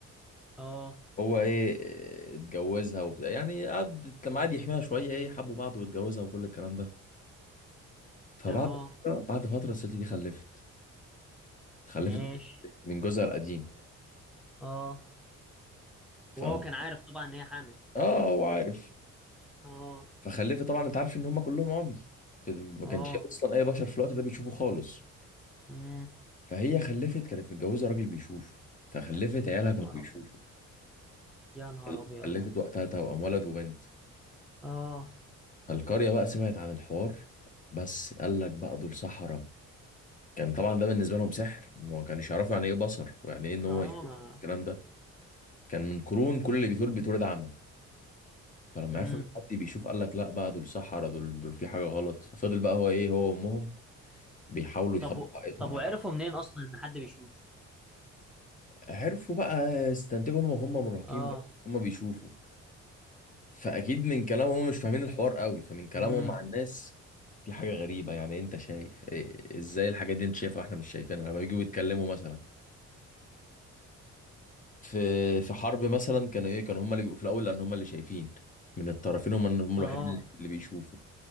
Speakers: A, in the centre; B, on the left.
A: اه
B: هو ايه اتجوزها وبتاع يعني قعد لما قعد يحميها شوية ايه حبوا بعض واتجوزها وكل الكلام ده فبعد
A: اه
B: فترة بعد فترة الست دي خلفت خلفت
A: ماشي
B: من جوزها القديم
A: اه
B: فاهم
A: وهو كان عارف طبعا ان هي حامل
B: اه هو عارف
A: اه
B: فخلفت طبعا انت عارف ان هم كلهم عمي في ال... ما
A: اه
B: كانش اصلا اي بشر في الوقت ده بيشوفوا خالص
A: امم
B: فهي خلفت كانت متجوزه راجل بيشوف فخلفت عيالها
A: يا
B: كانوا
A: نهار
B: بيشوفوا
A: ابيض يا نهار
B: خل-
A: ابيض
B: خلفت وقتها توأم ولد وبنت
A: اه
B: فالقريه بقى سمعت عن الحوار بس قال لك بقى دول سحرة كان طبعا ده بالنسبه لهم سحر ما كانش يعرفوا يعني ايه بصر ويعني ايه ان هو
A: اه
B: يشوف
A: ما
B: الكلام ده كان من قرون كل اللي بيتولد بيتولد اعمى فلما
A: امم
B: عرفوا ان حد بيشوف قال لك لا بقى دول سحرة دول دول في حاجه غلط ففضل بقى هو ايه هو وامهم بيحاولوا يخبوا
A: طب و...
B: حقيقتهم
A: طب
B: على
A: وعرفوا منين اصلا ان حد بيشوف
B: عرفوا بقى يستنتجوا هم وهم مراهقين
A: اه
B: بقى هم بيشوفوا فاكيد من كلامهم هم مش فاهمين الحوار قوي فمن كلامهم
A: امم
B: مع الناس في حاجه غريبه يعني إيه انت شايف إيه ازاي الحاجات دي انت شايفها واحنا مش شايفينها لما بيجوا يتكلموا مثلا في في حرب مثلا كانوا ايه كانوا هم اللي بيبقوا في الاول لان هم اللي شايفين من الطرفين هم هم الوحيدين
A: اه
B: اللي اللي بيشوفوا